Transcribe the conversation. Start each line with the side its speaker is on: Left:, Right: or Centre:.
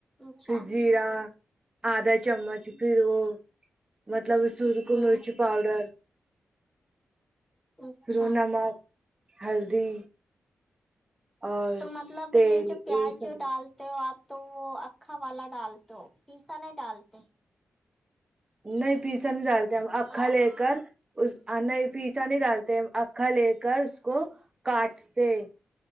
Centre: اچھا
Right: پھر زیرا آدھا چمچ پھر وہ مطلب اس سرکو
Centre: ہوں
Right: مرچی پاؤڈر
Centre: اچھا
Right: پھرو وه نمک ہلدی اور
Centre: تو مطلب
Right: تیل
Centre: یہ جو پیاج
Right: سب
Centre: جو ڈال تو آپ تو وہ اکھا والا ڈالتے ہو پیسا نہ ڈالتے
Right: مائی بیسن ڈالتی ہوں اکھا
Centre: ہاں
Right: لے کر اس ا نئے پیسا نہیں ڈالتے ہم اکھا لے کر اس کو کاٹتے